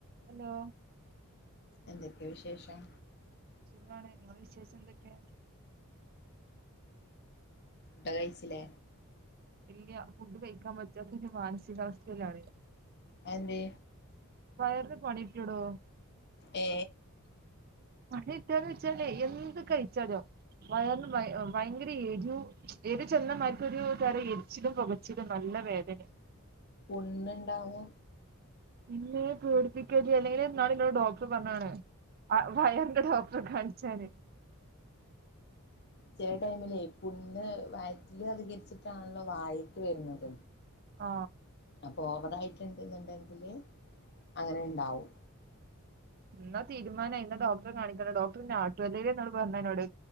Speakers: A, on the right; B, on the left.
A: ഹലോ
B: എന്തൊക്കെ വിശേഷം
A: സുഖാണ് ഇങ്ങളെ വിശേഷം എന്തെക്കെ
B: ഇട്ട് കഴിച്ച്‌ലെ
A: ഇല്ല ഫുഡ് കഴിക്കാൻ പറ്റാത്തൊ മാനസികാ അവസ്ഥയിലാണ് ഞാൻ
B: അയെന്തെ
A: വയർന്ന് പണി കിട്ടിയെടൊ
B: ഏ
A: <unintelligible> വെച്ചാലെ എന്ത് കഴിച്ചാലും വയർൻ ദയ ഭയങ്കര എരിവും എരു ചെന്ന മായിക്കൊര് തരം എരിച്ചിലും പൊകച്ചിലും നല്ല വേദനാ
B: പുണ്ണ് ഇണ്ടാവോ
A: ഇമ്മെ പേടിപ്പിക്കെല്ലി അല്ലെങ്കിലെ ഇന്നാൾ ഇന്നോട് ഡോക്ടർ പർണ്ക്ക്ൺ ആ വയറിന്റെ ഡോക്ടറെ കാൺച്ചാൻ
B: ചെല ടൈമിലേ പുണ്ണ് വയറ്റിൽ അധികരിച്ചിട്ടാണല്ലോ വായിക്ക് വെര്ന്നത്
A: ആ
B: അപ്പൊ ഓവറായിട്ട് ഇണ്ട്ന്ന് ഇണ്ടെങ്കിൽ അങ്ങനെ ഇണ്ടാവും
A: ഇന്നാ തീരുനായി ഇന്നാ ഡോക്ടറെ കാണിക്കണം ഡോക്ടർ ഇന്നെ ആട്ടും അല്ലെലെ ഇന്നാൾ പർ അയ് ഇന്നോട്